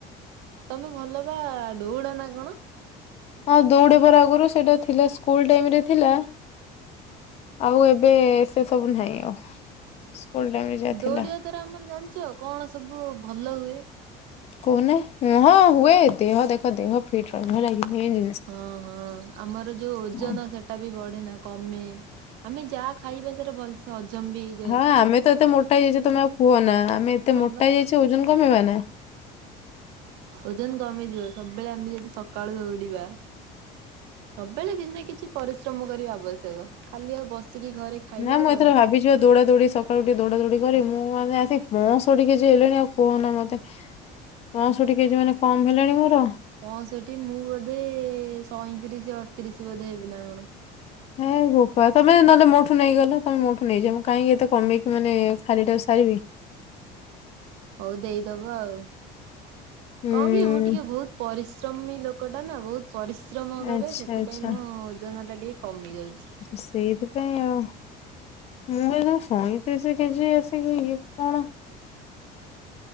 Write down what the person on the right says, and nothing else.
ତମେ ଭଲ ବା ଦୋଉଡ ନା କଣ?
ଦୌଡିବା
ଦ୍ୱାରା ଆମର ଜାଣିଚ କଣ ସବୁ ଭଲ ହୁଏ?
ହଁ ହଁ ଆମର ଯୋଉ ଓଜନ
ସେଟା ବି ବଢ଼େନା କମେ ଆମେ ଯା ଖା ଖାଇବା ସେଟା ଭଲସ୍ ହଜମ ବି ହେ
ହଁ
ବା
ଓଜନ କମିଯିବ ସବୁବେଳେ ଆମେ ଯଦି ସକାଳୁ ଦୌଡିବା। ସବୁବେଳେ କିଛି ନା କିଛି ପରିଶ୍ରମ କରିବା ଆବଶ୍ୟକ ଖାଲି ଆଉ ବସିକି ଘରେ ଖାଇଲେ
ହବ
ନା।
ପଅଁଷଠି ମୁଁ ବୋଧେ ସଇଁତିରିଶ ଅଢତିରିଶି ବୋଧେ ହେବି ନା କଣ।
ହଉ ଦେଇଦବ ଆଉ
କଣ କି ମୁଁ ଟିକେ ବହୁତ ପରିଶ୍ରମୀ ଲୋକ ଲୋକଟା ନା ବହୁତ ପରିଶ୍ରମ କରେ
ସେଥିପାଇଁ
ମୋ ଓଜନ ଟା ଟିକେ କମିଯାଉଚି।